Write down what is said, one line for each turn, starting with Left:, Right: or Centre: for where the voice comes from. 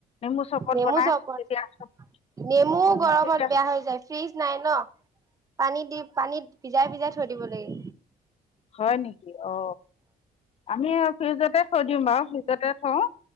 Left: নেমু চৰবত
Right: নেমু
Left: বনাই
Right: চৰবত
Left: তেতিয়া আ উ
Right: নেমু গৰমত
Left: তেতিয়া।
Right: বেয়া হৈ যায় ফ্ৰিজ নাই ন পানী দি, পানীত ভিজাই, ভিজাই থৈ দিব লাগিব।
Left: হয় নেকি অ। আমি ফিউজতে থৈ দিওঁ বাও। তাতে থওঁ।